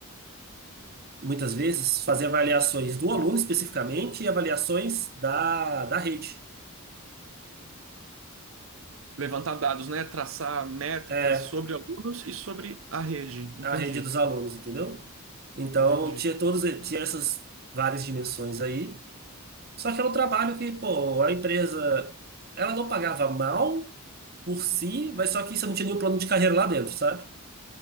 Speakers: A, on the right; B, on the right.
A: muitas vezes, fazer avaliações do aluno especificamente e avaliações da, da rede.
B: Levantar dados, né? Traçar métricas
A: É,
B: sobre alunos e sobre a rede. Entendi,
A: a rede dos alunos, entendeu? Então,
B: entendi,
A: tinha todos, tinha essas várias dimensões aí. Só que era um trabalho que, pô, a empresa, ela não pagava mal por si, mas só que você não tinha nenhum plano de carreira lá dentro, sabe?